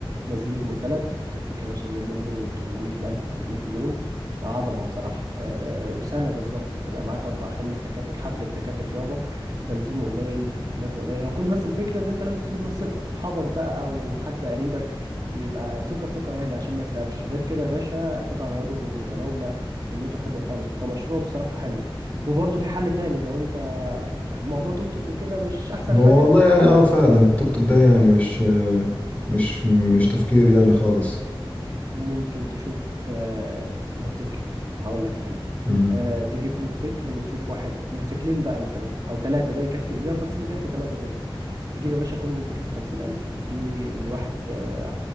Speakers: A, on the right; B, on the left.
A: نزلهم البلد التوك توك يا باشا بيعمل له من 800 ل 1000 جنيه في اليوم عظمه بصراحه آه، سنه بالظبط تبقى معاك اربع خمس تكاتك حفله تكاتك يابا بنزيمه قليل استهلاكه قليل هو كل بس الفكره ان انت لازم تجيب ناس ثقه اصحابك بقى او حد قريبك يبقى ثقه ثقه يعني عشان ما يسرقكش غير كده يا باشا قطع غيره متناوله دنيته حلوه خالص وكمشروع بصراحه حلو وبرضه في حل تاني لو انت موضوع توك توك وكده مش احسن
B: هو
A: حاجه
B: والله يعني اه فعلا التوك توك ده يعني مش آه، مش مش تفكير يعني خالص
A: ممكن تشوف آه، موتوسيكل هقول لك
B: امم
A: آه، تجيب موتوسيكل وتشوف واحد موتوسيكلين بقى مثلا او ثلاثه ده يكفي 150 يكفي ثلاثه اظن تجيب يا باشا كل موتوسيكل ب 50000 دي الواحد آه،